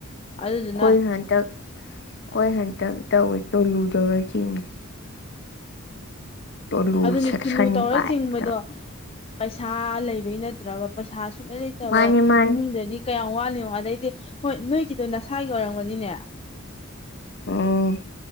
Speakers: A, on the left; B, on the left.
A: ꯑꯗꯨꯗꯨꯅ
B: ꯑꯩꯏ ꯍꯟꯇꯛ ꯑꯩꯏ ꯍꯟꯇꯛ ꯇꯧꯋꯦ ꯇꯣꯂꯨꯇꯧꯔ ꯆꯤꯡꯏ ꯇꯣꯂꯨ
A: ꯑꯗꯨꯅꯦ
B: ꯁꯦꯛꯁꯟ
A: ꯇꯨꯂꯨ ꯇꯧꯔ
B: ꯄꯥꯏꯞꯇ
A: ꯆꯤꯡꯕꯗꯣ ꯄꯩꯁꯥ ꯂꯩꯕꯩ ꯅꯠꯇ꯭ꯔꯕ ꯄꯩꯁꯥ ꯁꯨꯡꯂꯩ ꯂꯩꯇꯕ
B: ꯃꯥꯅꯦ ꯃꯥꯅꯦ
A: ꯏꯃꯨꯡꯗꯗꯤ ꯀꯌꯥꯝ ꯋꯥꯅꯤ ꯑꯗꯩꯗꯤ ꯍꯣꯏ ꯅꯣꯏꯒꯤꯗꯣ ꯅꯁꯥꯒꯤ ꯑꯣꯏꯔꯝꯒꯅꯤꯅꯦ
B: ꯎꯝ